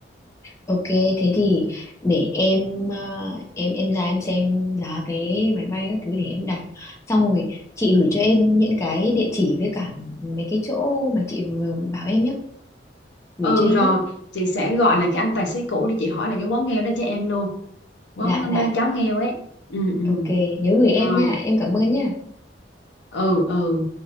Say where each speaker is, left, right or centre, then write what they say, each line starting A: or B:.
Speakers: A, on the left (about 15°); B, on the left (about 70°).
A: ok thế thì để em à, em em ra em xem giá vé máy bay các thứ để em đặt xong rồi chị gửi cho em những cái địa chỉ với cả mấy cái chỗ mà chị vừa bảo em nhé gửi
B: ừ
A: cho em
B: rồi
A: ý
B: chị sẽ gọi là cái anh tài xế cũ để chị hỏi là cái quán nghèo đó cho em luôn quán
A: dạ
B: ờ, ba
A: dạ
B: cháo nghèo ấy ừ ừ
A: ok nhớ gửi em
B: rồi
A: nha em cảm ơn nha
B: ừ ừ